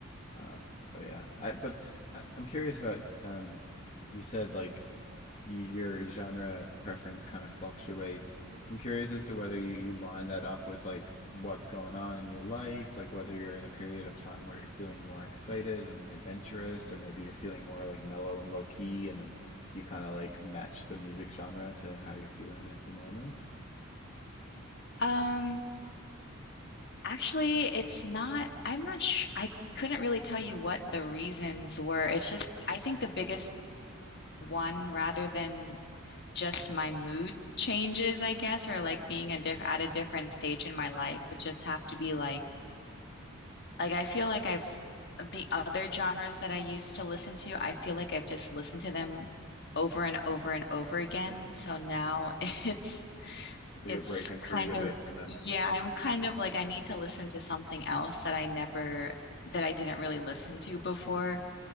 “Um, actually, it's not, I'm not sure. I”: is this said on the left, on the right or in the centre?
Left